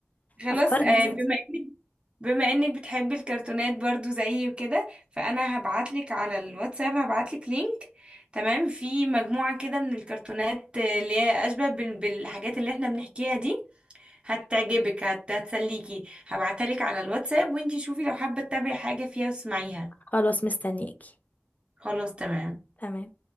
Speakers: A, on the right (about 25°); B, on the left (about 35°).
A: خلاص
B: افكار
A: آه،
B: جديدة
A: بما انك بما انك بتحبي الكرتونات برضو زيي وكده فانا هبعتلك على الواتساب هبعتلك لينك تمام في مجموعة كده من الكرتونات آه، اللي هي اشبه بال- بالحاجات اللي احنا بنحكيها دي هتعجبك هت- هتسليكي هبعتها لك على الواتساب وانتي شوفي لو حابة تتابعي حاجة فيها واسمعيها
B: خلاص مستنياكي
A: خلاص تمام
B: تمام